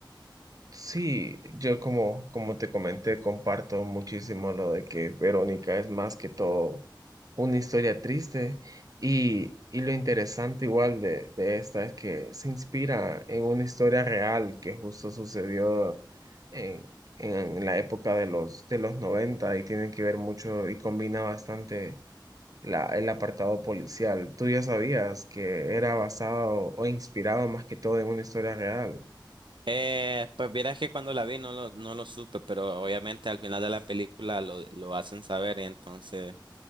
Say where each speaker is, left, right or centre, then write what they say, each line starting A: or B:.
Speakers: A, on the right; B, on the right.
A: Sí, yo como, como te comenté, comparto muchísimo lo de que Verónica es más que todo una historia triste y, y lo interesante igual de, de esta es que se inspira en una historia real que justo sucedió en, en la época de los, de los noventa y tienen que ver mucho y combina bastante la, el apartado policial. ¿Tú ya sabías que era basado o inspirado más que todo en una historia real?
B: Eh, pues vieras que cuando la vi no lo, no lo supe, pero obviamente al final de la película lo, lo hacen saber y entonces